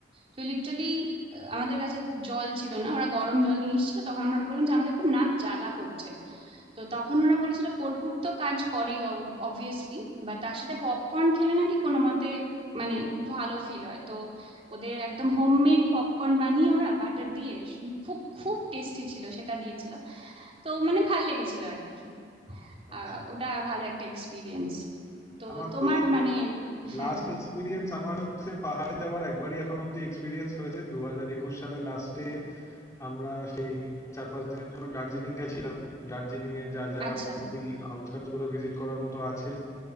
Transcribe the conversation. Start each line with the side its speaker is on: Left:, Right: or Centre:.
Right: তো লিটারালি আমাদের কাছে জল ছিল না ওরা গরম জল নিয়ে এসেছিল তখন আমরা বললাম যে আমাদের খুব নাক জ্বালা করছে তো তখন ওরা বলেছিল কর্পূর তো কাজ করেই অবভিয়াসলি বা তার সাথে পপকর্ন খেলে নাকি কোনো মতে মানে ভালো ফিল হয় তো ওদের একদম হোমমেড পপকর্ন বানিয়ে ওরা বাটার দিয়ে খুব খুব টেস্টি ছিল সেটা দিয়েছিল তো মানে ভাল লেগেছিল আর কি
Left: আচ্ছা
Right: আহ ওটা ভালো একটা এক্সপিরিয়েন্স তো
Left: আমার
Right: তোমার
Left: তো
Right: মানে হ্যাঁ
Left: লাস্ট এক্সপিরিয়েন্স আমার হচ্ছে পাহাড়ে যাওয়ার একবারই এখন অব্দি এক্সপিরিয়েন্স হয়েছে দু হাজার একুশ সালে লাস্টে আমরা সেই চার পাঁচ দিনের জন্য দার্জিলিং গেছিলাম দার্জিলিং এ যা যা
Right: আচ্ছা
Left: মোটামুটি আউটস্কার্টস গুলো ভিজিট করার মতো আছে